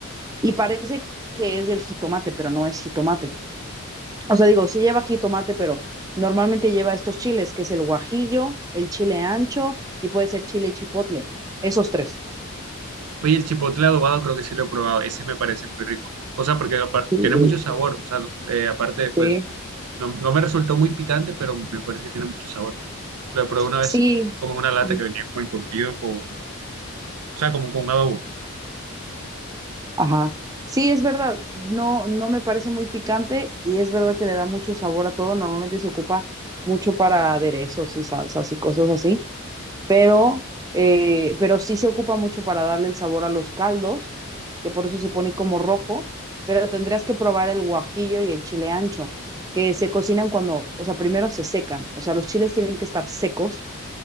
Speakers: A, on the right; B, on the right.
A: y parece que es del jitomate, pero no es jitomate. O sea, digo, sí lleva jitomate, pero normalmente lleva estos chiles, que es el guajillo, el chile ancho y puede ser chile chipotle. Esos tres.
B: Oye, el chipotle adobado creo que sí lo he probado. Ese me parece muy rico. O sea, porque apar-
A: Sí,
B: tiene
A: delicioso.
B: mucho sabor. O sea, eh, aparte, pues,
A: Sí.
B: no, no me resultó muy picante, pero me parece que tiene mucho sabor. Lo probé una vez
A: Sí.
B: como en una lata
A: Ujú.
B: que venía como encurtido con, o sea, como con un adobo
A: Ajá. Sí, es verdad. No, no me parece muy picante y es verdad que le da mucho sabor a todo. Normalmente se ocupa mucho para aderezos y salsas y cosas así, pero, eh, pero sí se ocupa mucho para darle el sabor a los caldos, que por eso se pone como rojo, pero tendrías que probar el guajillo y el chile ancho, que se cocinan cuando, o sea, primero se secan, o sea, los chiles tienen que estar secos